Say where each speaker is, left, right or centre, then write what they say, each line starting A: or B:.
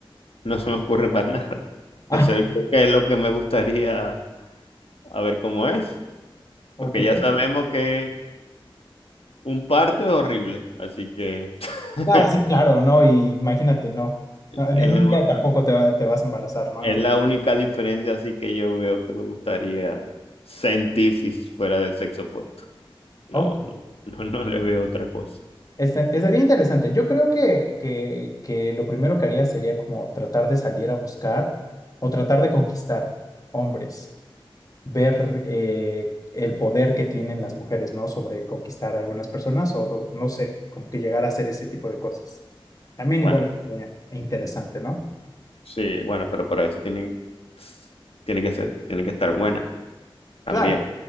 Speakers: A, on the left; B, on the left.
A: no se me ocurre más nada.
B: <laughs>
A: Eso
B: ah,
A: yo creo que es lo que me gustaría a ver cómo es,
B: ok.
A: porque ya sabemos que, Un parto es horrible, así que <laughs>
B: Ah, sí, claro, ¿no? Y imagínate, no. No, En
A: es la,
B: un
A: u-
B: día tampoco te, va- te vas a embarazar, ¿no?
A: es
B: Entonces,
A: la única diferencia así que yo veo que me gustaría sentir si fuera del sexo opuesto. No,
B: ok.
A: no, no, no le veo otra cosa.
B: Esta- estaría interesante. Yo creo que, que, que lo primero que haría sería como tratar de salir a buscar o tratar de conquistar hombres, ver eh, el poder que tienen las mujeres, ¿no? Sobre conquistar a algunas personas o do- no sé, como que llegar a hacer ese tipo de cosas. También
A: Bueno,
B: igual es interesante, ¿no?
A: sí, bueno, pero para eso tienen, tiene que ser, tiene que estar buena también.
B: Claro.